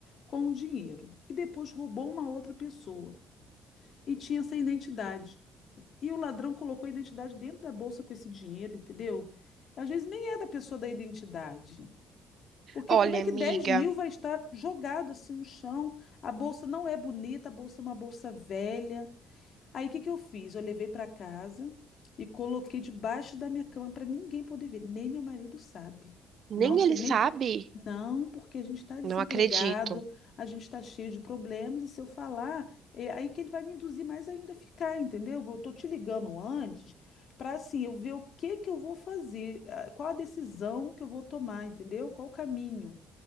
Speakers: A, on the left; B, on the right.
A: com o dinheiro e depois roubou uma outra pessoa. e tinha essa identidade. E o ladrão colocou a identidade dentro da bolsa com esse dinheiro, entendeu? Às vezes nem é da pessoa da identidade. Porque
B: Olha,
A: como é que
B: amiga,
A: dez mil vai estar jogado assim no chão? A bolsa não é bonita, a bolsa é uma bolsa velha. Aí o que que eu fiz? Eu levei para casa e coloquei debaixo da minha cama para ninguém poder ver, nem meu marido sabe.
B: nem
A: Nossa,
B: ele
A: ele
B: sabe?
A: nem po- Não, porque a gente está desempregado,
B: Não acredito.
A: a gente está cheio de problemas, e se eu falar, é aí que ele vai me induzir mais ainda a ficar, entendeu? Eu tô te ligando antes para assim, eu ver o que que eu vou fazer, ah, qual a decisão que eu vou tomar, entendeu? Qual o caminho